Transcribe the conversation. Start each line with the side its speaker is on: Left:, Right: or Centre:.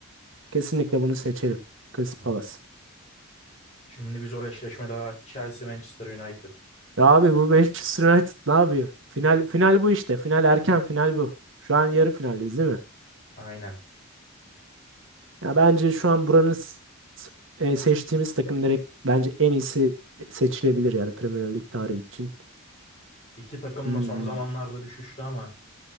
Right: Kesinlikle bunu seçelim. Crystal
Left: Aynen.
Right: Palace.
Left: Şimdi bir zor eşleşme daha. Chelsea, Manchester United.
Right: Ya abi bu Manchester United ne yapıyor? Final final bu işte. Final erken final bu. Şu an yarı finaldeyiz değil mi?
Left: Aynen.
Right: Ya bence şu an buranın s- s- e, seçtiğimiz takım direkt bence en iyisi seçilebilir yani Premier Lig tarihi için.
Left: İki takım
Right: Hmm.
Left: da son zamanlarda düşüştü ama